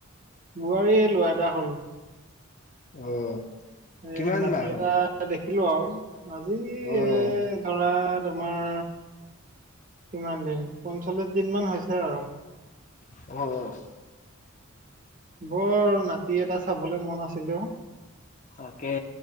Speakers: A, on the right; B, on the left.
A: বোৱাৰী ল'ৰা এটা হ'ল।
B: অ'।
A: এ
B: কিমান
A: নাতি
B: মাহ
A: এটা
B: হ'ল?
A: দেখিলো আৰু। আজি
B: অ',
A: এ ধৰা তোমাৰ কিমান দিন পঞ্চল্লিশ দিন মান হৈছে আৰু।
B: অ'।
A: বৰ নাতি এটা চাবলৈ মন আছিল অ'।
B: তাকে